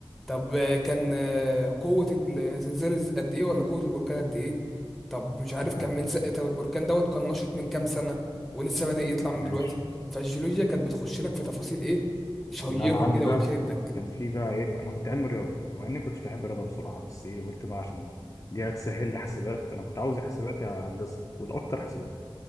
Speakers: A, in the centre; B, on the left (about 35°).
A: طب آه، كان آه، قوة الزلزال از- قد ايه ولا قوة البركان قد ايه طب مش عارف
B: تمام
A: كان من س... طب البركان دوت كان نشط من كام سنة ولسه بادئ يطلع من
B: ماشي
A: دلوقتي فالجيولوجيا كانت بتخش لك في تفاصيل ايه شيقة
B: اللي أنا عندي
A: كده
B: بقى
A: وتشدك
B: كان في بقى إيه أنا كنت علم رياضة ومع إني كنتش بحب الرياضة بصراحة بس إيه قلت بقى عشان دي هتسهل لي حسابات أنا كنت عاوز يا حسابات يا هندسة والأكتر حسابات